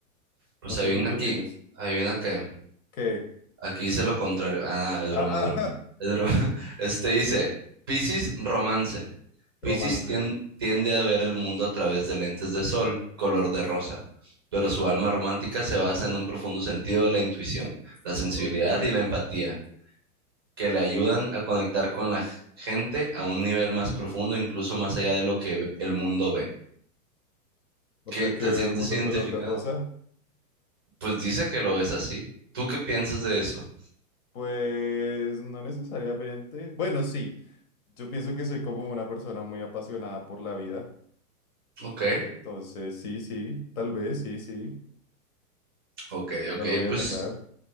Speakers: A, on the right; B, on the left.
A: Pues
B: no sé
A: adivina
B: tú qué
A: aquí,
B: opines.
A: adivina qué.
B: ¿Qué?
A: Aquí dice lo contrario. Ah, es
B: Ah,
A: broma, es broma. Es broma. <laughs> Este dice, Piscis romance. Piscis
B: <laughs> romance.
A: tien- tiende a ver el mundo a través de lentes de sol, color de rosa, pero su
B: O-
A: alma romántica se basa en un profundo sentido de la intuición, la sensibilidad
B: Ok,
A: y la empatía, que le ayudan a conectar con la g- gente a un nivel más profundo, incluso más allá de lo que ve- el mundo ve.
B: o sea
A: ¿Qué te
B: que veo
A: sientes
B: el mundo
A: identificado?
B: color de rosa.
A: Pues dice que lo ves así. ¿Tú qué piensas de eso?
B: Pues no necesariamente. Bueno, sí, yo pienso que soy como una persona muy apasionada por la vida.
A: Ok,
B: Entonces, sí, sí, tal vez, sí, sí,
A: ok,
B: no
A: ok,
B: lo voy a
A: pues...
B: negar.